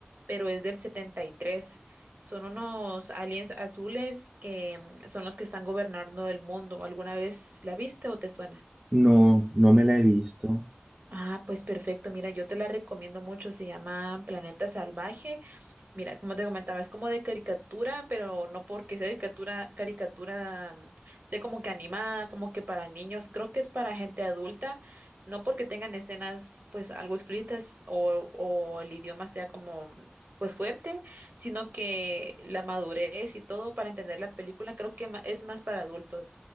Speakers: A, on the right; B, on the right.
A: pero es del 73. Son unos aliens azules que mm, son los que están gobernando el mundo. ¿Alguna vez la viste o te suena?
B: No, no me la he visto.
A: Ah, pues perfecto. Mira, yo te la recomiendo mucho. Se llama Planeta Salvaje. Mira, como te comentaba, es como de caricatura, pero no porque sea de caricatura, caricatura, mm, sea como que animada, como que para niños. Creo que es para gente adulta, no porque tengan escenas, pues, algo explícitas o, o el idioma sea como, mm, pues, fuerte, sino que la madurez y todo para entender la película, creo que ma- es más para adultos